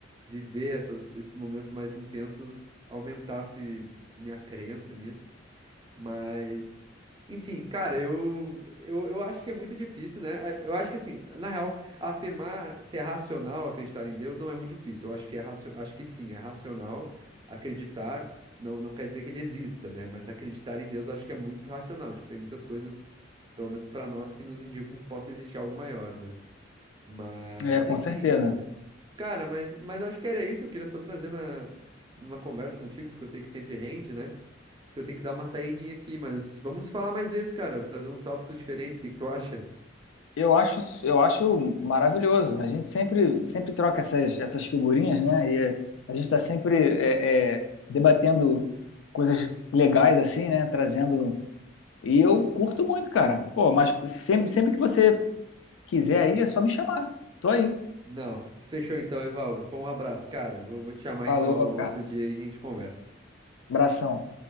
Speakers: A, on the right (about 25°); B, on the left (about 80°).
A: viver essas- esses momentos mais intensos aumentasse minha crença nisso. Mas, enfim, cara, eu, eu, eu acho que é muito difícil, né? A- Eu acho que, assim, na real, afirmar se é racional acreditar em Deus não é muito difícil. Eu acho que é racio... acho que sim, é racional acreditar. Não, não quer dizer que ele exista, né? Mas acreditar em Deus eu acho que é muito racional. Tipo, tem muitas coisas, pelo menos pra nós, que nos indicam que possa existir algo maior, né? Mas,
B: É, com
A: enfim.
B: certeza.
A: Cara, mas, mas acho que era isso. Eu queria só trazer na, numa conversa contigo, porque eu sei que sempre rende, né? Porque eu tenho que dar uma saidinha aqui, mas vamos falar mais vezes, cara. Trazer uns tópicos diferentes. O que que tu acha?
B: Eu acho, eu acho maravilhoso. A gente sempre, sempre troca essas, essas figurinhas, né? E é, a gente está sempre é, é, debatendo coisas legais assim, né? Trazendo. E eu curto muito, cara. Pô, mas sempre, sempre que você quiser aí, é só me chamar. Tô aí.
A: Não, fechou então, Evaldo. Pô, um abraço, cara. Vou, vou te chamar
B: Falou,
A: então
B: cara.
A: outro dia e a gente conversa.
B: Abração.